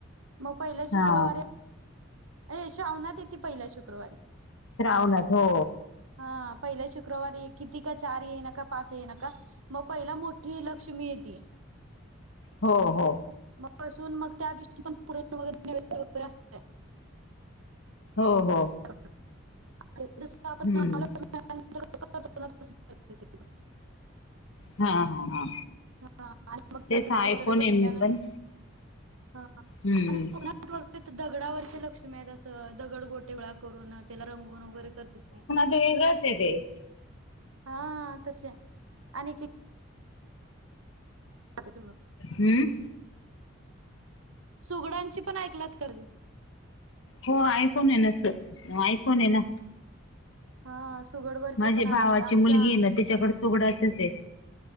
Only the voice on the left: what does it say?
हा
श्रावणात हो
हो हो
हो हो.
हम्म
हा हा हा.
तेच
ऐकून
आहे मी पण
हम्म
वेगळच आहे ते.
हम्म.
हो आयकुन आहे ना असं, अ आयकून आहे ना.
माझ्या
भावाची
मुलगी आहे ना तिच्याकडे सुगडाचच आहे